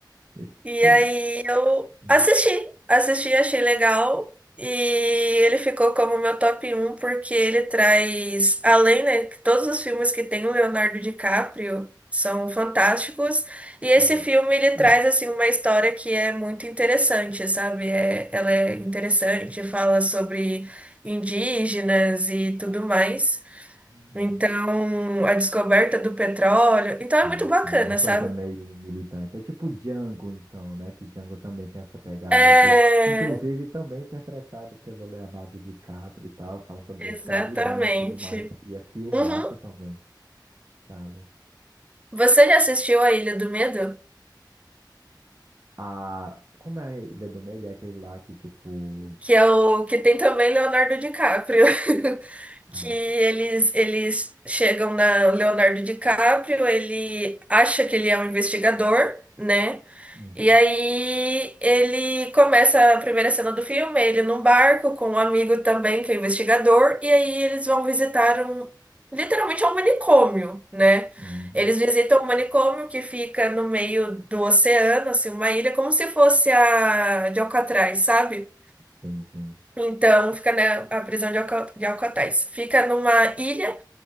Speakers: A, on the right; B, on the right.
A: E,
B: E
A: pô.
B: aí eu
A: hum,
B: assisti, assisti, achei legal. E ele ficou como meu top um porque ele traz, além, né, que todos os filmes que tem o Leonardo DiCaprio são fantásticos. E esse
A: uhum.
B: filme ele
A: <clears throat>
B: traz assim uma história que é muito interessante, sabe? É, ela é interessante, fala sobre indígenas e tudo mais.
A: Hum,
B: Então, a descoberta do petróleo. Então é
A: Ah,
B: muito bacana,
A: sim. Uma
B: sabe?
A: coisa meio militante. É tipo Django, então, né? Que Django também tem essa pegada
B: É,
A: aqui. Inclusive, também interpretado pelo Leonardo DiCaprio e tal. Fala sobre
B: Exatamente.
A: a escravidão e tudo mais. E é filmaço
B: Uhum.
A: também. Bravo.
B: Você já assistiu A Ilha do Medo?
A: Ah, como é a Ilha do Medo? É aquele lá que, tipo.
B: Que é o que tem também Leonardo DiCaprio. <laughs>
A: Ah,
B: Que eles, eles chegam na Leonardo DiCaprio, ele acha que ele é um investigador, né?
A: uhum.
B: E aí ele começa a primeira cena do filme, ele num barco com um amigo também que é investigador, e aí eles vão visitar um, literalmente é um manicômio, né?
A: Uhum.
B: Eles visitam um manicômio que fica no meio do oceano, assim, uma ilha, como se fosse a de Alcatraz, sabe?
A: Sim, sim.
B: Então fica, né, a prisão de Alca- de Alcatraz. Fica numa ilha